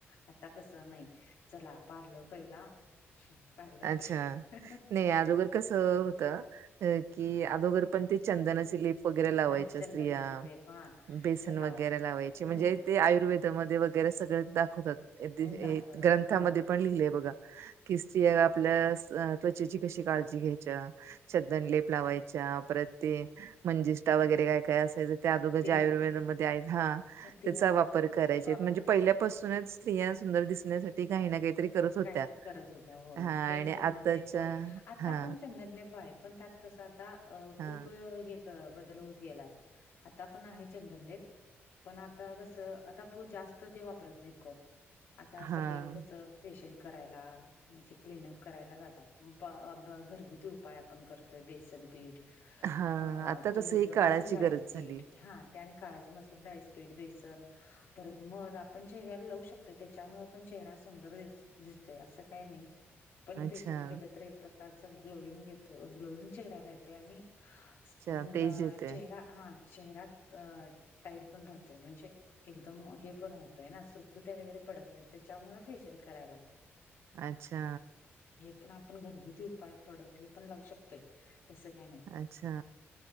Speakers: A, on the left; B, on the right.
A: आता कसं नाही, चला पार्लर पहिला पार्लरकडे
B: अच्छा! नाही अदोगर कस होतं. अ की अदोघर पण ते चंदनाचे लिप व लाव्हायच्या
A: हा चंदनाचे
B: स्त्रिया
A: लेप हा
B: बेसन
A: ते
B: वग
A: लावाय हम्म
B: लाय म्हण आयुर्वे वगैरे सगळ दाखवतात
A: दाखवताच
B: ग्रंथामध्ये
A: हो
B: पण लिहिलेय बघा कि आपल्या त्वचेची कशी काळजी घ्यायच्या. चंदन लेप लावायच्या, परत ते म्हणजिष्टा वगैरे काय काय असायचं. त्या आदोघा ज्या
A: तेल
B: आयुर्वेदामध्ये आहेत, हा
A: तेला
B: त्याचा वापर करायचे
A: वापर
B: म्हणजे
A: करायच
B: पहिल्यापासूनच स्त्रिया सुंदर दिसण्यासाठी काही ना काहीतरी करत होत्या.
A: कायतर करत होत्या होय,
B: हा
A: ते
B: आणि आताच्या
A: चंदनलेप होय, आता
B: हा
A: पण चंदनलेप आहे, पण त्यात कस आता अ
B: हा
A: खूप हे बदल होत गेलाय, आता पण आहे चंदनलेप. पण आता कस आता जास्त ते वापरत नाहीत कोण. आता
B: हा
A: सगळे कस फेशियल करायला. म्हणजे क्लिनअप करायला जातात घरगुती उपाय आपण करतोय बेसनपीठ,
B: हा
A: अ
B: आता
A: तच
B: कसं ही काळाची
A: मसूर डायचं
B: गरज
A: पीठ
B: झाली
A: हा त्या काळाची मसूर डाळीचं पीठ, बेसन परत मध आपण चेहऱ्याला लावू शकतोय त्याच्यामुळे पण चेहरा सुंदर दिसतोय. दिसतोय असं काय नाही पण
B: अच्छा
A: फेशल केलं तर एक प्रकारच ग्लोईंग येतो ग्लोईंग चेहऱ्याला येतोय. आणि स्किन
B: अच्छा तेच येते
A: चेहरा हा चेहरा टाईट पण राहतोय म्हणजे एकदम हे पण होतय ना सुरकुत्या वगैरे पडत नाहीत त्याच्यामुळे फेशियल कराय लागतय.
B: आच्छा.
A: हे पण आपण घरगुती उपाय प्रोडक्ट हे पण लावू शकतोय. तसं काय नाय.
B: अच्छा